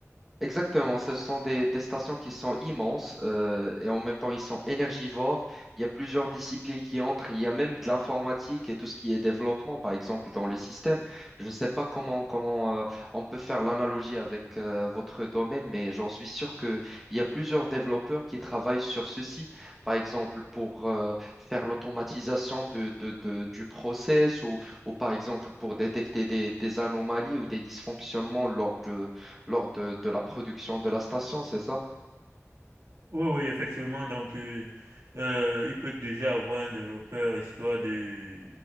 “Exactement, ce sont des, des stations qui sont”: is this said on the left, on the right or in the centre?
Centre